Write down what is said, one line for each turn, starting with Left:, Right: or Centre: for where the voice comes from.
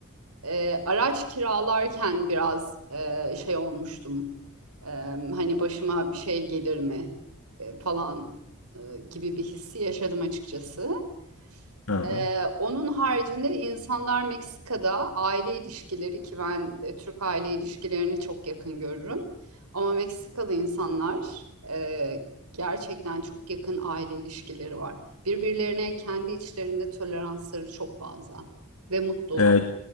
Right: E, araç kiralarken biraz e, şey olmuştum. E, hani başıma bir şey gelir mi e, falan e, gibi bir hissi yaşadım açıkçası.
Left: hı hı.
Right: Ee, onun haricinde insanlar Meksika'da aile ilişkileri ki ben e, Türk aile ilişkilerini çok yakın görürüm. Ama Meksikalı insanlar e, gerçekten çok yakın aile ilişkileri var. Birbirlerine kendi içlerinde toleransları çok fazla ve mutlular.
Left: E,